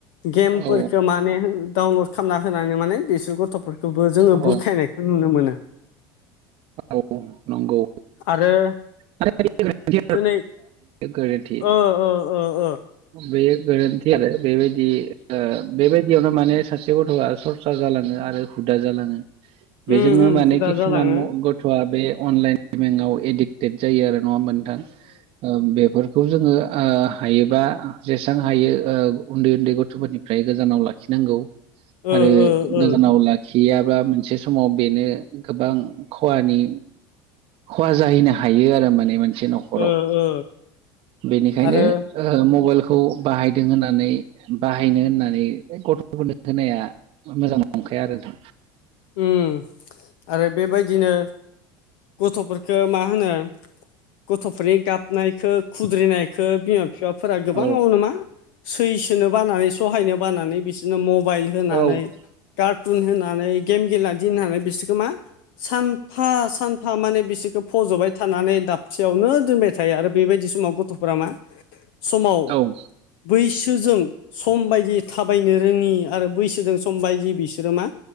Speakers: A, on the left; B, on the right.
A: गेमफोरखौ
B: औ
A: माने डाउनलड खालामना होनानै माने बिसोर गथ फोरखौबो जोङो
B: औ
A: बुरखायनाय खो नुनो मोनो
B: औ नोंगौ
A: आरो
B: <unintelligible> बे
A: दिनै
B: गोरोन्थि
A: ओ ओ ओ ओ
B: बेयो गोरोन्थि आरो बेबायदि ओ बेबायदियावनो माने सासे गथ आ सर सर जालाङो आरो हुदा जालाङो बेजोंनो
A: उम उम
B: माने
A: हुदा
B: किसुमान
A: जालाङो
B: म गथआ बे अनलाइन गेमिंआव एडिक्टेद जायो आरो नङा होनबा नोंथां ओ बेफोर बेखौ जोङो ओ हायोबा जेसेसां हायो ओ उन्दै उन्दै गथ फोरनिफ्राय गोजानाव लाखि खिनांगौ
A: ओ
B: आरो
A: ओ ओ
B: गोजानाव ला खियाब्ला मोनसे समाव बेनो गोबां खहानि खहा जाहैनो हायो आरो माने मोनसे नख खराव
A: ओ ओ
B: बेनिखायनो
A: आरो
B: ओ मबाइलखौ बाहायदों होननानै बाहायनो होननानै गथ फोरनो होनाया मोजां नंखाया आरो नोंथां
A: उम आरो बेबायदिनो गथ'फोरखो मा होनो गथ'फोरनि गाबनायखौ खुद्रिनायखौ बिमा बिफाफोरा गोबाङाव
B: औ
A: मा सैसोनो बानानै सहायनो बानानै बिसोरनो मबाइल होनानै
B: औ
A: कार्टुन होनानै गेम गेलेना दोननानै बिसोरखौ मा सानफा सानफा माने बिसोरखौ फज'बाय थानानै दाबसेयावनो दोनबाय थायो आरो बेबायदि समाव ग गथ'फोरा मा समाव
B: औ
A: बैसोजों सम बायदि थाबायनो रोङि आरो बैसोजों सम बायदि बिसोरो मा